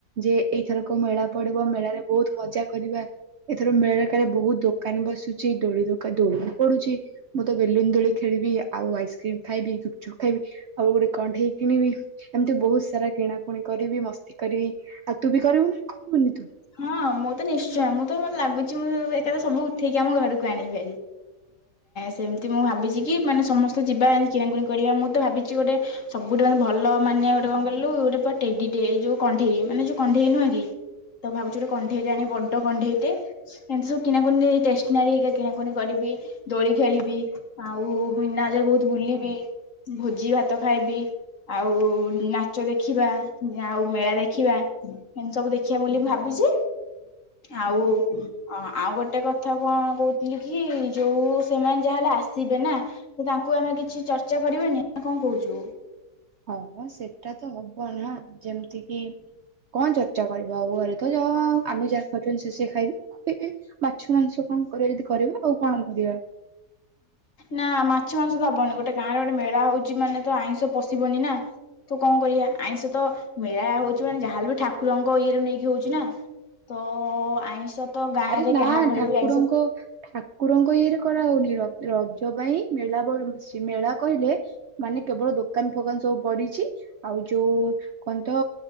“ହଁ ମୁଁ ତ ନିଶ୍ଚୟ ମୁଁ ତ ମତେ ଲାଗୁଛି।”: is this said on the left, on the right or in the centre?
Left